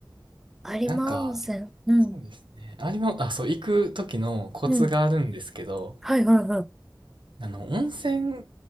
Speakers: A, in the centre; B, on the right (about 85°).
A: 有馬温泉。
B: なんか、
A: うん。
B: そうですね。ありま、あ、そう、行く時のコツがあるんですけど、
A: うん。はいはいはい。
B: あの、温泉